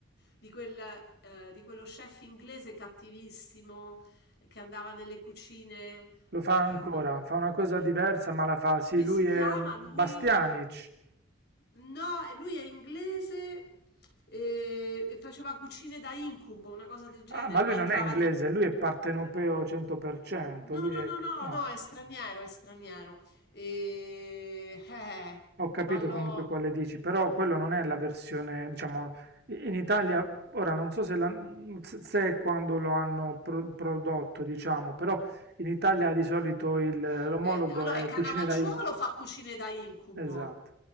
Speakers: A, on the left; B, on the right.
A: di quel, eh, di quello chef inglese cattivissimo che andava nelle cucine...
B: Lo fa
A: eh,
B: ancora,
A: non-
B: fa una cosa diversa,
A: eh,
B: ma la fa,
A: Come
B: sì, lui
A: si
B: è
A: chiama
B: mm,
A: lui?
B: Bastianic.
A: No, eh, lui è inglese e, e faceva cucine da incubo, una cosa del genere,
B: Ah, ma lui
A: ma Ah,
B: non
A: entrava,
B: è inglese,
A: ah. ne-
B: lui è partenopeo 100%,
A: No,
B: lui
A: no,
B: è...
A: no, no,
B: No,
A: no, è straniero, è straniero. E... Eh,
B: ho capito
A: vallo...
B: comunque quale dici, però quello non è la versione, diciamo, i- in Italia, ora non so se, la, se se è quando lo hanno pro- prodotto, diciamo, però in Italia di solito il- l'omologo
A: <laughs> eh, allora,
B: è
A: è Canavacciuolo
B: Cucine dai...
A: fa cucine da incubo.
B: Esatto.